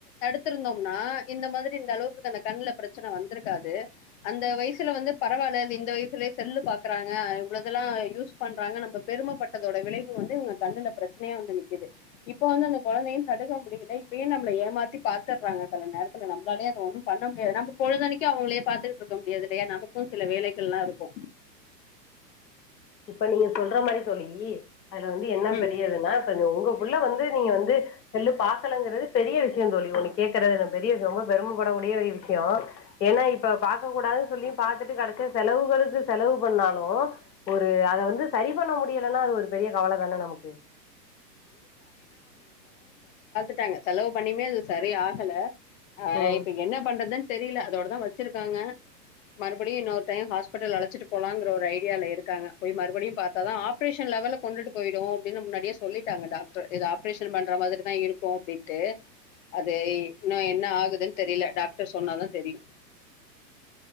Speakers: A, on the left; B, on the left.
A: த்துருந்தோம்னா இந்த மாதிரி இந்த அளவுக்கு அந்த கண்ணுல பிரச்சன வந்துருக்காது அந்த வயசுல வந்து பரவால்ல இது இந்த வயசுலயே செல்லு பாக்குறாங்க இவ்ளதெல்லா யூஸ் பண்றாங்க நம்ப பெருமப்பட்டதோட விளைவு வந்து இவுங்க கண்ணுல பிரச்சனையா வந்து நிக்குது இப்ப வந்து அந்த கொழந்தையு தடுக்க முடியில இப்பயு நம்மள ஏமாத்தி பாத்துட்றாங்க செல நேரத்துல நம்ளாலே அத ஒன்னு பண்ண முடியாது எனா பொழுதுதன்னைக்கு அவுங்களே பாத்துட்டு இருக்க முடியாதுல்லயா நமக்கு சில வேலைகள்லா இருக்கு
B: இப்ப நீங்க சொல்ற மாரி தோழி அதுல வந்து என்ன
A: ம்
B: பெரியதுனா இப்ப உங்க புள்ள வந்து நீங்க வந்து செல்லு பாக்கலங்குறது பெரிய விஷய தோழி ஒன்னு கேக்குறது பெரிய ரொம்ப பெருமப்படக்கடிய ஒரு விஷ்யொ ஏனா இப்ப பாக்க கூடாது சொல்லியா பாத்துட்டு கடசில செலவுகளுக்கு செலவு பண்ணாலு ஒரு அத வந்து சரி பண்ண முடியலன்னா அது ஒரு பெரிய கவல தான நமக்கு
A: ட்டாங்க செலவு பண்ணியுமே அது சரி ஆகல ஆ
B: ம்
A: இப்ப என்ன பண்றதுன் தெரில அதோட தா வச்சுருக்காங்க மறுபடியு இன்னொரு டையொ ஹாஸ்பிடல் அழச்சிட்டு போலங்குற ஒரு ஐடியால இருக் காங்க போய் மறுபடியு பாத்தாதா ஆப்ரேஷன் லெவல்ல கொண்டுட்டு போயிடு அப்டினு முன்னாடிய சொ டாங்க டாக்ட்ரு இது ஆப்ரேஷ ன் பண்ற மாதிரி தா இருக் கு அப்டின்ட்டு அது இன்னு என்ன ஆகுதுன் தெரியில டாக்டர் சொன்னாதா தெரியு